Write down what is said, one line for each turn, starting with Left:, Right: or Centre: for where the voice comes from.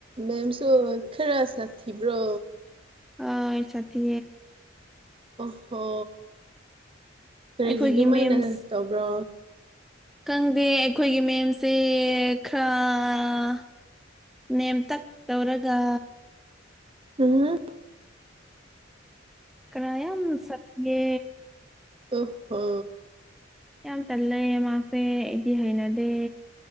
Right: ꯃꯦꯝꯁꯨ ꯈꯔ ꯁꯥꯈꯤꯕ꯭ꯔꯣ
Centre: ꯑ ꯁꯥꯊꯤ
Right: ꯑꯣꯍꯣ ꯀꯔꯤꯒꯤ
Centre: ꯑꯩꯈꯣꯏꯒꯤ
Right: ꯑꯗꯨꯃꯥꯏꯅ
Centre: ꯃꯦꯝꯁ
Right: ꯇꯧꯕ꯭ꯔꯣ
Centre: ꯈꯪꯗꯦ ꯑꯩꯈꯣꯏꯒꯤ ꯃꯦꯝꯁꯦ ꯈꯔ ꯅꯦꯝ ꯇ ꯇꯧꯔꯒ
Right: ꯑꯝ
Centre: ꯀ꯭ꯔꯥ ꯌꯥꯝ ꯁꯇꯦ
Right: ꯑ ꯍꯣ
Centre: ꯌꯥꯝ ꯇꯜꯂꯦ ꯃꯥꯁꯦ ꯑꯩꯗꯤ ꯍꯩꯅꯗꯦ